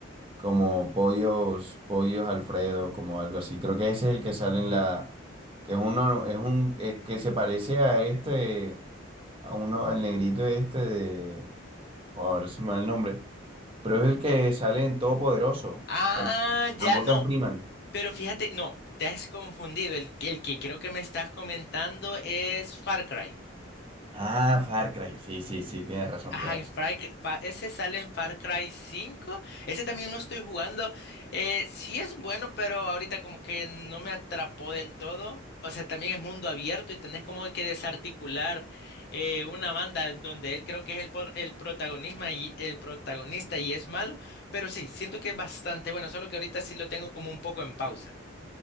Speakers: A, on the right; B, on the left.
A: como pollos, pollos Alfredo, como algo así. Creo que ese es el que sale en la, que es uno, es un, es que se parece a este, a uno, al negrito este de, ahora se me va el nombre. Pero es el que sale en Todopoderoso,
B: Ah,
A: el,
B: ya,
A: a Morgan
B: no,
A: Freeman.
B: pero fíjate, no, te has confundido. El, el que creo que me estás comentando es Far Cry.
A: Ah, Far Cry. Sí, sí, sí, tienes razón,
B: Ajá,
A: tienes
B: que
A: razón.
B: Far Cry- Fa- ese sale en Far Cry 5. Ese también lo estoy jugando. Eh, sí es bueno, pero ahorita como que no me atrapó del todo. O sea, también es mundo abierto y tenés como que desarticular eh, una banda en donde él creo que es el, por- el protagonismo y el protagonista y es malo. Pero sí, siento que es bastante bueno, solo que ahorita sí lo tengo como un poco en pausa.